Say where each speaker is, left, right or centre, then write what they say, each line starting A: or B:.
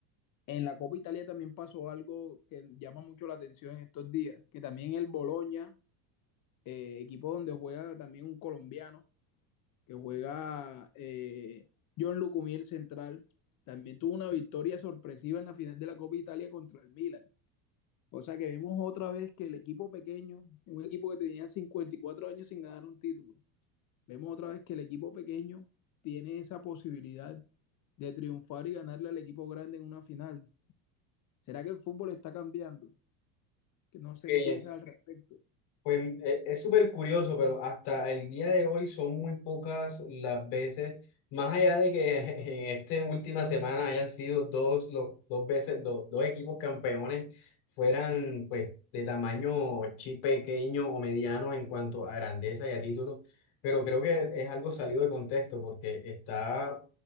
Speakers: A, on the left; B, on the left.
A: en la Copa Italia también pasó algo que llama mucho la atención en estos días, que también el Boloña, eh, equipo donde juega también un colombiano, que juega eh, John Lucumí, el central, también tuvo una victoria sorpresiva en la final de la Copa Italia contra el Milan. O sea que vemos otra vez que el equipo pequeño, un equipo que tenía 54 años sin ganar un título, vemos otra vez que el equipo pequeño tiene esa posibilidad de triunfar y ganarle al equipo grande en una final. ¿Será que el fútbol está cambiando? que no sé
B: Pues,
A: qué piensas al respecto.
B: Pues eh, es súper curioso, pero hasta el día de hoy son muy pocas las veces, más allá de que <laughs> en esta última semana hayan sido dos, los, dos veces, do- dos equipos campeones fueran pues de tamaño chi- pequeño o mediano en cuanto a grandeza y a títulos, pero creo que es algo salido de contexto porque está